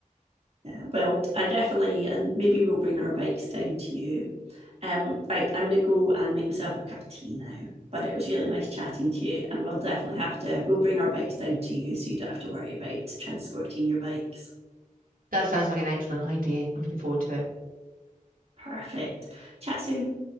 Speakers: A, on the right; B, on the right.
A: yeah. Well, I definitely, and maybe we'll bring our bikes down to you. Um, right, I'm going to go and make myself a cup of tea now. But it was really nice chatting to you, and we'll definitely have to. We'll bring our bikes down to you, so you don't have to worry about transporting your bikes.
B: That sounds like an excellent idea. I'm looking forward to it.
A: Perfect. Chat soon.